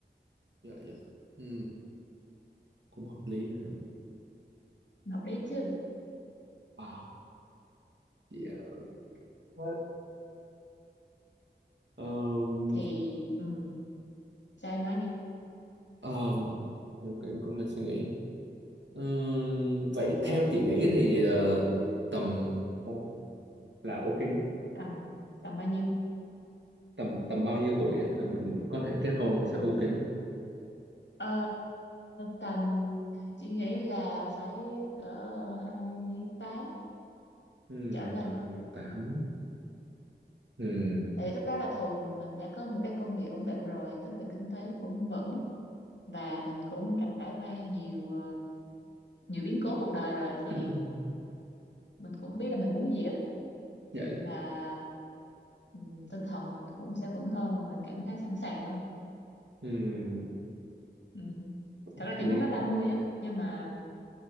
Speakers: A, on the right (about 80°); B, on the left (about 80°).
A: dạ dạ ừ cũng hợp lý ha
B: hợp lý chứ
A: wow dạ Hết. Ờm,
B: thì ừm, sao em nói đi
A: ờm, em em cũng đang suy nghĩ Ừm, vậy theo chị nghĩ thì ờ, tầm Ồ, là ok nhất
B: tầm tầm bao nhiêu
A: tầm tầm bao nhiêu tuổi á là mình có thể kết hôn là sẽ ok nhất
B: ờ, tầm chị nghĩ là phải cỡ 28
A: ừ,
B: trở lên
A: hai mươi tám ừ.
B: tại vì lúc đó là thường là mình đã có một cái công việc ổn định rồi tức là kinh tế cũng vững và mình cũng trải qua nhiều ờ, nhiều biến cố cuộc đời rồi thì
A: <clears throat>
B: mình cũng biết là mình muốn gì á
A: dạ dạ
B: và ừm, tinh thần mình cũng sẽ vững hơn và mình cảm thấy sẵn sàng hơn
A: ừ,
B: ừ. thật
A: hợp
B: ra
A: lý
B: chị muốn nói 30 á nhưng mà